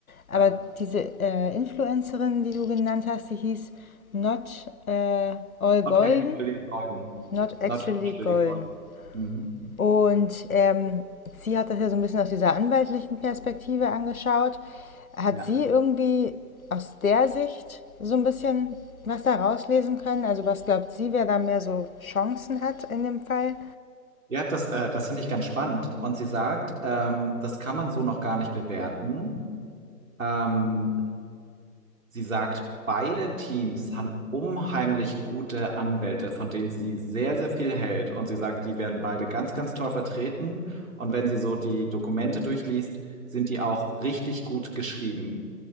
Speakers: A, on the left (about 55°); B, on the right (about 50°).
A: Aber
B: ja,
A: diese äh, Influencerin, die du genannt hast, die hieß Not äh, All
B: not
A: Golden,
B: actually golden.
A: Not Actually
B: Not actually
A: Golden.
B: golden. Mhm.
A: Und ähm, sie hat das ja so ein bisschen aus dieser anwaltlichen Perspektive angeschaut. Hat
B: Ja.
A: sie irgendwie aus der Sicht so ein bisschen was da rauslesen können? Also was glaubt sie, wer da mehr so Chancen hat in dem Fall?
B: Ja, das, äh, das finde ich ganz spannend. Und sie sagt, ähm, das kann man so noch gar nicht bewerten. Ähm, Sie sagt, beide Teams haben unheimlich gute Anwälte, von denen sie sehr, sehr viel hält. Und sie sagt, die werden beide ganz, ganz toll vertreten. Und wenn sie so die Dokumente durchliest, sind die auch richtig gut geschrieben.